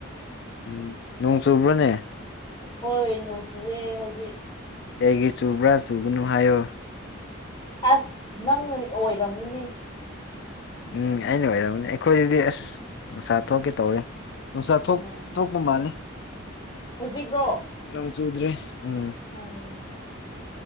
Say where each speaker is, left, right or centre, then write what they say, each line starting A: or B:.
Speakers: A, on the left (about 55°); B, on the left (about 20°).
A: ꯎꯝ ꯅꯣꯡ ꯆꯨꯕ꯭ꯔꯅꯦ
B: ꯍꯣꯏ ꯅꯣꯡꯆꯨꯑꯦ ꯍꯧꯖꯤꯛ
A: ꯀꯩꯒꯤ ꯆꯨꯕ꯭ꯔꯥ ꯆꯨꯒꯅꯨ ꯍꯥꯏꯌꯣ
B: ꯑꯁ ꯅꯪꯅ ꯑꯣꯏꯔꯝꯒꯅꯤ
A: ꯎꯝ ꯑꯩꯅ ꯑꯣꯏꯔꯝꯕꯅꯤ ꯑꯩꯈꯣꯏꯗꯗꯤ ꯑꯁ ꯅꯨꯡꯁꯥ ꯊꯣꯛꯀꯦ ꯇꯧꯔꯦ ꯅꯨꯡꯁꯥ
B: ꯎꯝ
A: ꯊꯣꯛ ꯊꯣꯛꯄ ꯃꯥꯜꯂꯦ
B: ꯍꯧꯖꯤꯛꯔꯣ
A: ꯅꯣꯡ ꯆꯨꯗ꯭ꯔꯦ ꯎꯝ
B: ꯎꯝ